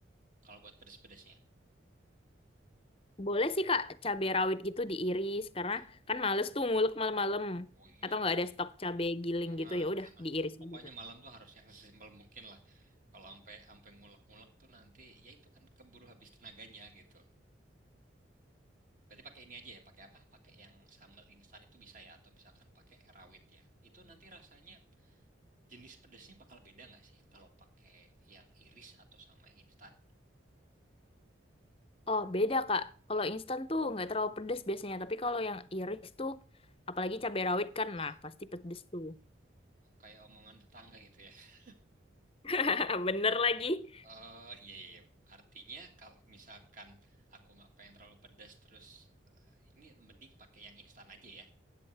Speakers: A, on the right; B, on the left.
A: Kalau buat pedes-pedesnya.
B: Boleh sih Kak, cabai rawit gitu diiris karena
A: Hmm.
B: kan males tuh ngulek malam-malam
A: Oh iya,
B: atau nggak
A: kan
B: ada stok cabai giling
A: Jangan,
B: gitu ya
A: <laughs>
B: udah
A: jangan.
B: diiris
A: Pokoknya
B: aja Kak.
A: malam tuh harus yang sesimpel mungkin lah. Kalau sampai sampai ngulek-ngulek tuh nanti ya itu kan keburu habis tenaganya gitu. Berarti pakai ini aja ya, pakai apa? Pakai yang sambal instan itu bisa ya atau misalkan pakai rawit ya. Itu nanti rasanya jenis pedesnya bakal beda nggak sih kalau pakai yang iris atau sama yang instan?
B: Oh, beda Kak. Kalau instan tuh nggak terlalu pedes biasanya, tapi kalau yang iris tuh apalagi cabai rawit kan
A: Ah,
B: nah pasti pedes tuh.
A: oh, kayak omongan tetangga gitu ya. <laughs>
B: <laughs> Bener lagi.
A: Eh, iya, iya. iya. Artinya kalau misalkan aku nggak pengen terlalu pedas terus eh, ini mending pakai yang instan aja ya.